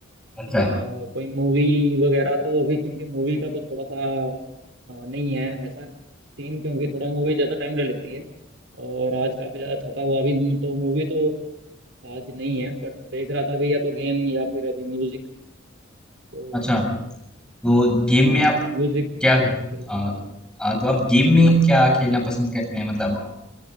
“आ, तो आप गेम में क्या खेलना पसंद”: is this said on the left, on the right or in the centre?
Centre